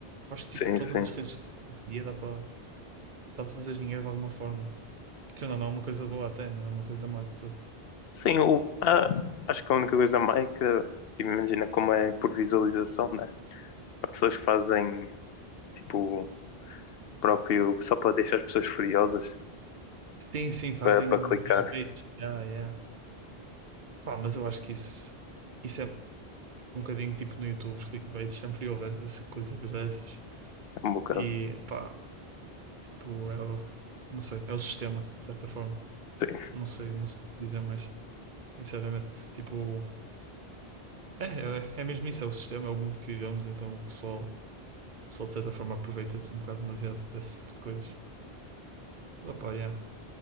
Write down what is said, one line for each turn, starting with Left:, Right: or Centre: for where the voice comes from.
Right: Acho que
Left: Sim,
Right: tipo, todas
Left: sim.
Right: as redes sociais hoje em dia dá para dá para fazer dinheiro de alguma forma. Que não, não é uma coisa boa até, não é uma coisa má de tudo.
Left: Sim, o, ah, acho que a única coisa má é que, tipo, imagina como é por visualização, né? Há pessoas que fazem, tipo, próprio, só para deixar as pessoas furiosas,
Right: Sim, sim, fazem
Left: para, para clicar
Right: clickbaits. Yeah, yeah. Pá, mas eu acho que isso, isso é um bocadinho tipo no YouTube, os clickbaits, sempre houve essa- coisas dessas.
Left: É um bocado.
Right: E pá, tipo, é o, não sei, é o sistema, de certa forma.
Left: Sim.
Right: Não sei, não sei o que dizer mais, sinceramente. Tipo, é, é, é mesmo isso, é o sistema, é o mundo que vivemos, então o pessoal, o pessoal de certa forma aproveita-se um bocado demasiado desse tipo de coisas. Opa, yeah.